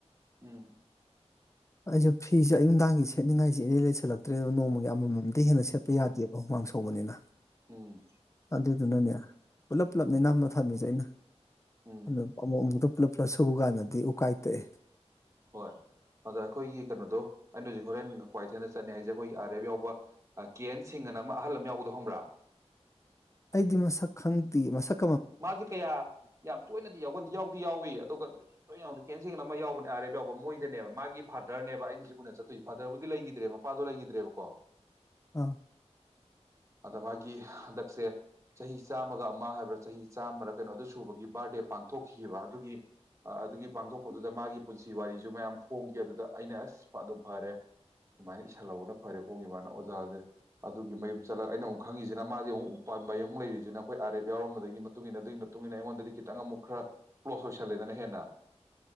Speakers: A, on the right; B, on the left.
A: ꯎꯝ
B: ꯑꯩꯁꯨ ꯐꯤꯁꯦ ꯑꯌꯨ ꯅꯨꯡꯗꯥꯡꯒꯤ ꯁꯦꯠꯅꯤꯡꯉꯥꯏꯁꯦ ꯏꯂꯩ ꯂꯩꯁꯜꯂꯛꯇ꯭ꯔꯦꯗ ꯅꯣꯡꯃꯒꯤ ꯑꯃꯃꯝ ꯑꯗꯩ ꯍꯦꯟꯅ ꯁꯦꯠꯄ ꯌꯥꯗꯦꯕ ꯍꯨꯃꯥꯡ ꯁꯧꯕꯅꯤꯅ
A: ꯎꯝ
B: ꯑꯗꯨꯗꯨꯅꯅꯦ ꯄꯨꯂꯞ ꯄꯨꯜꯂꯞꯅꯦ ꯅꯝꯃ ꯊꯝꯃꯤꯁꯦ ꯑꯩꯅ
A: ꯎꯝ
B: ꯑꯗꯨꯝ ꯑꯃꯨꯛ ꯑꯃꯨꯛ ꯄꯨꯂꯞ ꯄꯨꯂꯞ ꯁꯨꯕ ꯀꯥꯟꯗꯗꯤ ꯎꯀꯥꯏ ꯇꯛꯑꯦ
A: ꯍꯣꯏ ꯑꯗꯣ ꯑꯩꯈꯣꯏꯒꯤ ꯀꯩꯅꯣꯗꯣ ꯑꯩꯅ ꯍꯧꯖꯤꯛ ꯍꯣꯔꯦꯟ ꯀ꯭ꯋꯥꯏꯊꯦꯜꯅ ꯆꯠꯅꯤ ꯍꯥꯏꯁꯦ ꯑꯩꯈꯣꯏꯒꯤ ꯑꯥꯔ ꯑꯦꯐ ꯌꯥꯎꯕ ꯀꯦ ꯑꯦꯟ ꯁꯤꯡ ꯑꯅ ꯑꯃ ꯑꯍꯜ ꯑꯃ ꯌꯥꯎꯕꯗꯣ ꯈꯪꯕ꯭ꯔꯥ
B: ꯑꯩꯗꯤ ꯃꯁꯛ ꯈꯪꯗꯦ ꯃꯁꯛ
A: ꯃꯥꯁꯦ ꯀꯌꯥ ꯌꯥꯝ ꯇꯣꯏꯅꯗꯤ ꯌꯥꯎꯒꯟ ꯌꯥꯎꯗꯤ ꯌꯥꯎꯏ ꯑꯗꯨꯒ ꯂꯣꯏ ꯌꯥꯎꯕꯅꯤ ꯀꯦꯁꯂ ꯀꯩꯅꯣꯝꯃ ꯌꯥꯎꯕꯅꯦ ꯑꯔꯦ ꯑꯦ ꯌꯥꯎꯕ ꯃꯣꯏꯗꯅꯦꯕ ꯃꯥꯒꯤ ꯐꯥꯗꯔꯅꯦꯕ ꯑꯩꯅ ꯍꯩꯖꯤꯛ ꯎꯅ ꯆꯠꯇꯣꯏꯁꯦ ꯐꯥꯗꯔꯕꯨꯗꯤ ꯂꯩꯈꯤꯗ꯭ꯔꯦ ꯃꯄꯥꯗꯣ ꯂꯩꯈꯤꯗ꯭ꯔꯦ ꯗ꯭ꯔꯦꯕꯀꯣ
B: ꯑꯥ
A: ꯑꯗ ꯃꯥ ꯒꯤ ꯍꯟꯗꯛꯁꯦ ꯆꯍꯤ ꯆꯥꯝꯃꯒ ꯑꯃ ꯍꯥꯏꯕ꯭ꯔ ꯆꯍꯤ ꯆꯥꯝꯃꯔ ꯀꯩꯅꯣ ꯑꯗꯨ ꯁꯨꯕꯒꯤ ꯕꯥꯔꯗꯦ ꯄꯥꯡꯊꯣꯛꯈꯤꯕ ꯑꯗꯨꯒꯤ ꯑꯗꯨꯒꯤ ꯄꯥꯡꯊꯣꯛꯄꯗꯨ ꯑꯗꯨꯗ ꯃꯥꯒꯤ ꯄꯨꯟꯁꯤ ꯋꯥꯔꯤꯁꯨ ꯃꯌꯥꯝ ꯐꯣꯡꯈꯤ ꯑꯗꯨꯗ ꯑꯩꯅ ꯑꯁ ꯑꯗꯣ ꯐꯔꯦ ꯁꯨꯃꯥꯏꯅ ꯏꯁꯜꯍꯧꯕꯅ ꯐꯔꯦ ꯐꯣꯡꯉꯤꯕ ꯑꯣꯖꯥꯁꯦ ꯑꯗꯨꯒꯤ ꯃꯌꯨꯝ ꯆꯠꯂꯒ ꯑꯩꯅ ꯑꯃꯨꯛ ꯈꯪꯉꯤꯁꯤꯅ ꯃꯥꯁꯦ ꯃꯨꯛ ꯎꯄꯥꯜ ꯄꯌꯦꯝ ꯑꯣꯢꯔꯤꯁꯤꯅ ꯑꯩꯈꯣꯏ ꯑꯥꯔ ꯑꯦꯞ ꯌꯥꯎꯔꯝꯕꯗꯣ ꯑꯗꯨ ꯃꯇꯨꯡꯏꯟꯅ ꯑꯗꯨꯏ ꯃꯇꯨꯡꯏꯟꯅ ꯑꯩꯉꯣꯟꯗꯗꯤ ꯈꯤꯇꯪ ꯑꯃꯨꯛ ꯈꯔ ꯀ꯭ꯂꯣꯁ ꯑꯣꯏꯁꯜꯂꯤꯗꯅ ꯍꯦꯟꯅ